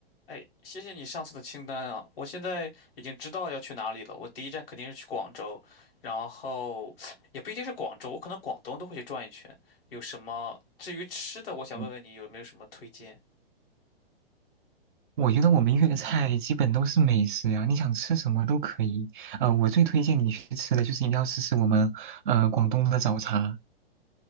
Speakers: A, on the left (about 65°); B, on the right (about 55°).
A: 哎，谢谢你上次的清单啊！我现在已经知道要去哪里了。我第一站肯定是去广州，然后也不一定是广州，我可能广东都会去转一圈。有什么？至于吃的，我想问问你有没有什么推荐？
B: 嗯我觉得我们粤菜基本都是美食呀，你想吃什么都可以。呃，我最推荐你去吃的就是一定要试试我们呃广东的早茶。